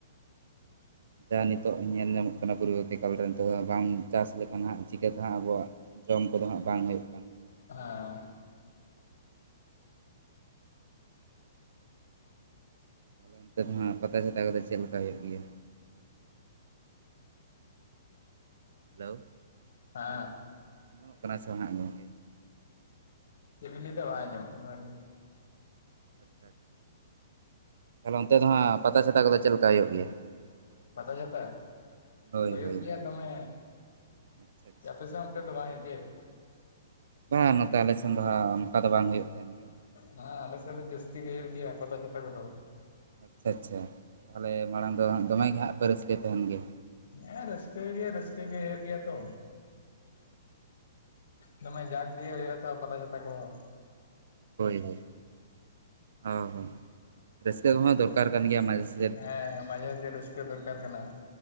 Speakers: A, on the right; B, on the left.
A: ᱡᱟᱦᱟᱸ ᱱᱤᱛᱚᱜ ᱧᱮᱞ ᱧᱟᱢᱚᱜ ᱠᱟᱱᱟ ᱯᱚᱨᱚᱵᱚᱨᱛᱤ ᱠᱟᱞᱨᱮ ᱱᱤᱛᱚᱜ ᱦᱚᱸ ᱵᱟᱝ ᱪᱟᱥ ᱞᱮᱠᱷᱟᱱ ᱦᱟᱸᱜ ᱪᱤᱠᱟᱹᱛᱮ ᱦᱟᱸᱜ ᱟᱵᱚᱣᱟᱜ ᱡᱚᱢ ᱠᱚᱫᱚ ᱦᱟᱸᱜ ᱵᱟᱝ ᱦᱩᱭᱩᱜ ᱠᱟᱱ ᱜᱮᱭᱟ
B: ᱦᱮᱸ
A: ᱛᱟᱦᱚᱞᱮ ᱚᱱᱛᱮ ᱫᱚ ᱦᱟᱸᱜ ᱯᱟᱛᱟ ᱪᱷᱟᱛᱟ ᱠᱚᱫᱚ ᱪᱮᱫ ᱞᱮᱠᱟ ᱦᱩᱭᱩᱜ ᱜᱮᱭᱟ ᱦᱮᱞᱳ
B: ᱦᱟᱸ
A: ᱟᱸᱡᱚᱢᱚᱜ ᱠᱟᱱᱟ ᱥᱮ ᱵᱟᱝ ᱦᱟᱸᱜ ᱜᱚᱢᱠᱮ
B: ᱪᱮᱫ ᱵᱤᱱ ᱞᱟᱹᱭᱫᱟ ᱵᱟᱝ ᱟᱸᱡᱚᱢᱚᱜ, ᱵᱟᱞᱤᱧ
A: ᱟᱪᱪᱷᱟ ᱚᱱᱛᱮ ᱫᱚ ᱦᱟᱸᱜ ᱯᱟᱛᱟ ᱪᱷᱟᱛᱟ ᱠᱚᱫᱚ ᱪᱮᱫ ᱞᱮᱠᱟ ᱦᱩᱭᱩᱜ ᱜᱮᱭᱟ
B: ᱯᱟᱛᱟ ᱪᱷᱟᱛᱟ
A: ᱦᱳᱭ
B: ᱦᱩᱭᱩᱜ
A: ᱦᱳᱭ
B: ᱜᱮᱭᱟ ᱫᱚᱢᱮ
A: ᱟᱪᱪᱷᱟ ᱟᱪᱪᱷᱟ
B: ᱟᱯᱮ ᱥᱮᱫ ᱚᱱᱛᱮ ᱫᱚ ᱵᱟᱝ ᱦᱩᱭᱩᱜ ᱜᱮ
A: ᱵᱟᱝ ᱱᱚᱛᱮ ᱟᱞᱮ ᱥᱮᱱ ᱫᱚ ᱦᱟᱸᱜ ᱚᱱᱠᱟ ᱫᱚ ᱵᱟᱝ ᱦᱩᱭᱩᱜ ᱛᱟᱦᱮᱱ ᱜᱮᱭᱟ
B: ᱦᱮᱸ ᱟᱞᱮ ᱥᱮᱫ ᱫᱚ ᱡᱟᱹᱥᱛᱤ ᱜᱮ ᱦᱩᱭᱩᱜ ᱜᱮᱭᱟ ᱯᱟᱛᱟ ᱪᱷᱟᱛᱟ ᱠᱚᱫᱚ
A: ᱟᱪᱪᱷᱟ ᱟᱪᱪᱷᱟ ᱛᱟᱞᱦᱮ ᱢᱟᱲᱟᱝ ᱫᱚ ᱫᱚᱢᱮ ᱜᱮ ᱦᱟᱸᱜ ᱯᱮ ᱨᱟᱹᱥᱠᱟᱹᱭ ᱛᱟᱦᱮᱱ ᱜᱮᱭᱟ
B: ᱦᱮᱸ ᱨᱟᱹᱥᱠᱟᱹ ᱜᱮ ᱨᱟᱹᱥᱠᱟᱹ ᱜᱮ ᱦᱩᱭᱩᱜ ᱜᱮᱭᱟ ᱛᱚ ᱫᱚᱢᱮ ᱡᱟᱠ ᱫᱤᱭᱮ ᱦᱩᱭᱩᱜᱼᱟ ᱛᱚ ᱯᱟᱛᱟ-ᱪᱷᱟᱛᱟ ᱠᱚ ᱦᱚᱸ
A: ᱦᱳᱭ ᱦᱳᱭ ᱚ ᱦᱚᱸ ᱨᱟᱹᱥᱠᱟᱹ ᱠᱚᱦᱚᱸ ᱫᱚᱨᱠᱟᱨ ᱠᱟᱱ ᱜᱮᱭᱟ ᱢᱟᱡᱷᱮ-ᱥᱟᱡ
B: ᱦᱮᱸ ᱢᱟᱡᱷᱮ-ᱥᱟᱡᱷᱮ ᱨᱟᱹᱥᱠᱟᱹ ᱫᱚᱨᱠᱟᱨ ᱠᱟᱱᱟ